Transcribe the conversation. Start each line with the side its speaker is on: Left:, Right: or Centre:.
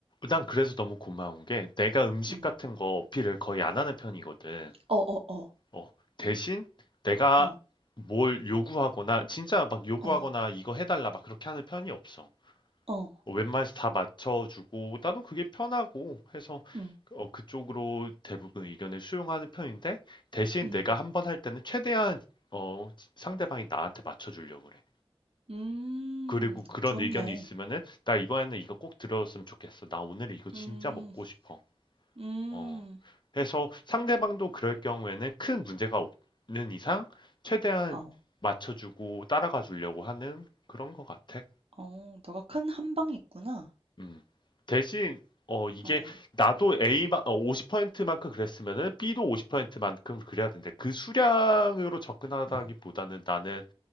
Left: 난 그래서 너무 고마운 게 내가 음식
Right: 음.
Left: 같은 거 어필을 거의 안 하는 편이거든.
Right: 어어어.
Left: 어, 대신 내가
Right: 어. 어.
Left: 뭘 요구하거나 진짜 막 요구하거나
Right: 어.
Left: 이거 해달라 막 그렇게 하는 편이 없어.
Right: 어, 어.
Left: 어, 웬만해서 다 맞춰주고 나도 그게 편하고 해서
Right: 음.
Left: 어, 그쪽으로 대부분 의견을 수용하는 편인데 대신
Right: 음.
Left: 내가 한번 할 때는 최대한 어, 상대방이 나한테 맞춰주려고 그래.
Right: 음.
Left: 그리고 그런
Right: 좋네.
Left: 의견이 있으면은 나 이번에는 이거 꼭 들어줬으면 좋겠어. 나 오늘 이거 진짜
Right: 음.
Left: 먹고 싶어.
Right: 음.
Left: 어. 그래서 상대방도 그럴 경우에는 큰 문제가 없는 이상 최대한
Right: 어.
Left: 맞춰주고 따라가 주려고 하는 그런 것 같아.
Right: 어. 너가 큰 한방이 있구나.
Left: 음. 대신 어 이게
Right: 어.
Left: 나도 A만 50%만큼 그랬으면은 B도 50%만큼 그래야 되는데 그 수량으로 접근하다기보다는
Right: 음.
Left: 나는